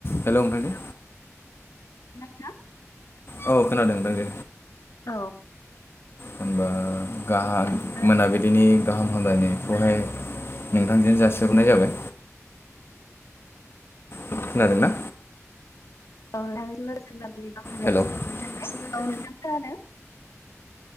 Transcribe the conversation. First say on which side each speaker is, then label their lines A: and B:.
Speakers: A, on the left; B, on the left.
A: हेलौ नोंथां
B: हो
A: औ खोनादों नोंथांजो
B: औ
A: होनबा गाहाम
B: ओ
A: मोनाबिलिनि गाहाम हामलायनाय खौहाय नोंथांजोनो जासिहरग्रोनाय जाबाय खोनादों ना?
B: औ‌ नोंथांनिसिमबो गोजोन मोनाबिलिनि गाहाम हामलायनायखौ
A: हेलौ नोंथांनिसिमबो
B: जासिहरबाय औ नोंथां खोनादों <unintelligible>